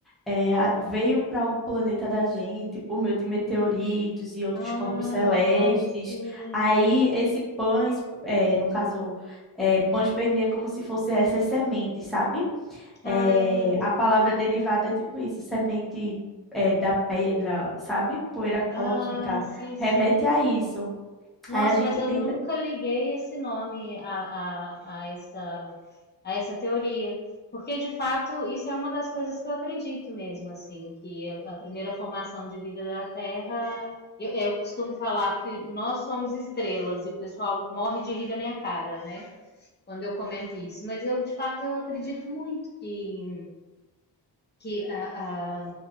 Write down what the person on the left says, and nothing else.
Ah,
sim.
Ah, entendi.
Ah, sim, sim.
Nossa,
mas eu
nunca liguei esse nome a, a, a essa, a essa teoria. Porque, de fato, isso é uma das coisas que eu acredito mesmo, assim, que a, a primeira formação de vida da Terra. Eu, eu costumo falar que nós somos estrelas e o pessoal morre de rir da minha cara, né? quando eu comento isso, mas eu de fato eu acredito muito que, que a, a,